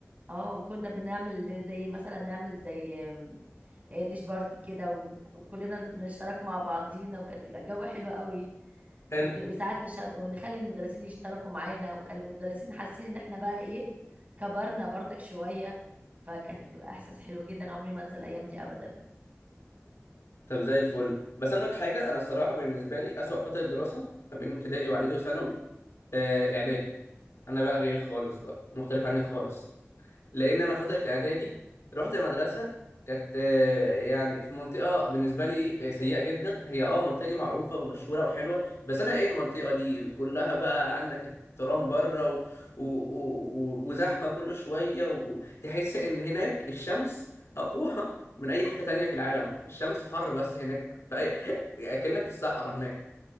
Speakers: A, on the right; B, on the left.
A: اه وكنا بنعمل زي مثلا نعمل زي آه، ديش بارتي كده ون- وكلنا نشترك مع بعضينا وكانت تبقى الجو حلو قوي
B: حلو
A: وك- وساعات نشار... ونخلي المدرسين يشتركوا معانا وكان المدرسين حاسين ان احنا بقى ايه كبرنا برضك شوية فكانت بتبقى احساس حلو جدا عمري ما انسى الايام دي ابدا
B: طب زي الفل بس انا لك حاجه انا الصراحه بالنسبه لي اسوأ فتره دراسه ما بين ابتدائي واعدادي وثانوي آه اعدادي انا بقى غير خالص بقى مختلف عنك خالص لان انا فتره اعدادي رحت مدرسه كانت آه، يعني في منطقه بالنسبه لي آه، سيئه جدا هي اه المنطقه دي معروفه ومشهوره وحلوه بس انا ايه المنطقه دي كلها بقى عندك الترام بره و... و... و... و- وزحمه كل شويه وتحس ان هناك الشمس اقوى <laughs> من اي حته تانية في العالم الشمس حر بس هناك في أي... <laughs> كأنك في الصحراء هناك